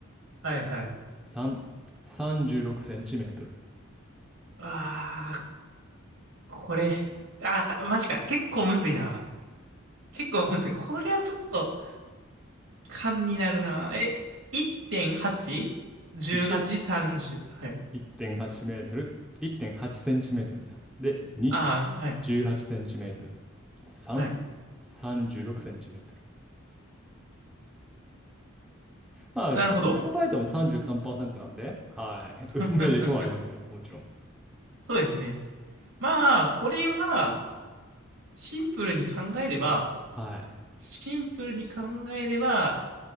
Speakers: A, on the right; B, in the centre.
A: はい。はい。
B: 3、36センチメートル。
A: あー、これ。あー、マジか。結構むずいな。結構むずい。これはちょっと、勘になるな。え、1.8?18?30?
B: 1、
A: はちじゅうはちさんじゅうはい。
B: 1.8メートル。1.8センチメートルです。で、2、
A: あー、はい。
B: 18センチメートル。3、
A: はい。
B: 36センチメートル。まあ、
A: なるほど。
B: 勘で答えても33%なんで、はい。<laughs>
A: <laughs>
B: 運命力もありますよ、もちろん。
A: そうですね。まあ、これは、シンプルに考えれば、
B: はい。
A: シンプルに考えれば、